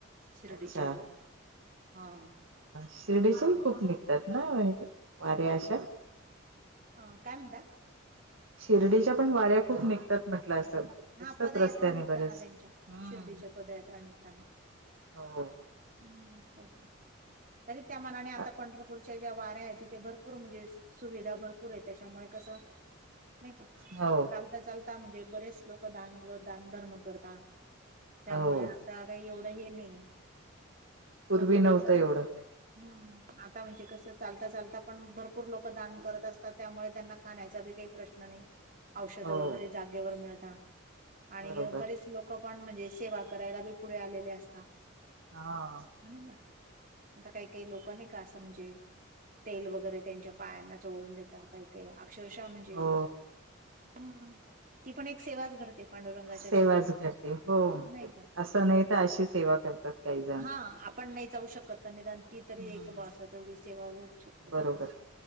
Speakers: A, on the right (about 40°); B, on the right (about 70°).
A: शिर्डीच्या
B: अच्छा.
A: ह्याला, हा.
B: शिर्डीच्याही खूप निघतात ना, ह्या वाऱ्या अशा?
A: अं काय म्हणता?
B: शिर्डीच्या पण वाऱ्या खूप निघतात म्हटलं असं. दिसतात
A: हा, पदयात्रा
B: रस्त्याने
A: निघताना
B: बरेच
A: त्यांच्या,
B: हम्म
A: शिर्डीच्या पदयात्रा निघता ना.
B: हो
A: हम्म ते तरी त्या मानाने, आता
B: अ,
A: पंढरपूरच्या ज्या वाऱ्या तिथे भरपूर म्हणजे, सुविधा भरपूर येत त्याच्यामुळे कसा? नाही का
B: हो
A: चालता चालता म्हणजे बरेचं लोक दानगुळ, दानधर्म करतात, त्यामुळे
B: हो
A: आता काही एवढं हे नाही.
B: पूर्वी
A: पुर्वी
B: नव्हतं
A: कसं,
B: एवढं काही
A: हम्म आता म्हणजे कसं चालता चालता पण, भरपूर लोक दान करत असतात. त्यामुळे त्यांना खाण्याचा बी काही प्रश्न नाही. औषधं
B: हो
A: वगैरे जागेवर मिळता आणि
B: बरोबर
A: बरेच लोकं पण म्हणजे, सेवा करायला बी पुढे आलेले असतां
B: हां
A: का आता काही काही लोकं नाही का असं म्हणजे, तेल वगैरे त्यांच्या पायांना चोळून देतात. काय काय अक्षरशः म्हणजे,
B: हो
A: हम्, ती पण एक सेवाच घडते. पांडुरंगाच्या
B: सेवाच
A: चरणी
B: घडते, हो, म्हणजे
A: नाही का
B: असं नाही तर अशी सेवा करतात काही जण.
A: हा आपण नाही जाऊ शकत निदान ती तरी
B: हम्म
A: एक ब अस तेवढी सेवा होऊच शकते....
B: बरोबर